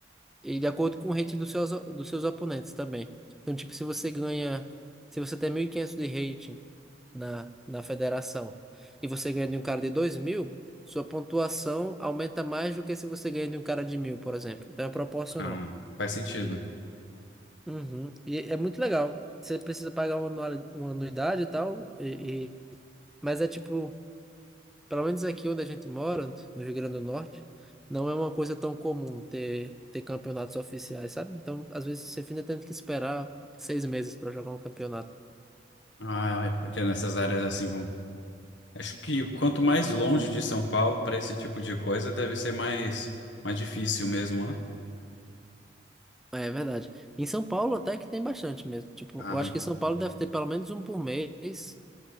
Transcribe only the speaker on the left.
Ah, faz sentido.
Ah, é porque nessas áreas assim, vamos. Acho que quanto mais longe de São Paulo para esse tipo de coisa, deve ser mais, mais difícil mesmo, né?
Ah,